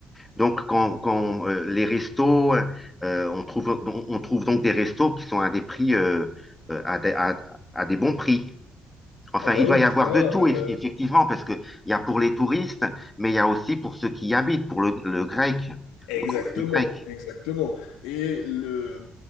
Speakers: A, on the left; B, on the left.
A: Donc, quand, quand, euh, les restos, euh, euh, on trouve, on trouve donc des restos qui sont à des prix, euh, euh, à, des, à- à des bons prix. Enfin,
B: Ah
A: il
B: bah
A: doit
B: oui,
A: y avoir
B: ça, euh,
A: de tout, eff- effectivement, parce que il y a pour les touristes, mais il y a aussi pour ceux qui y habitent, pour le, le grec,
B: Exactement,
A: le communauté grecque.
B: exactement. Et le,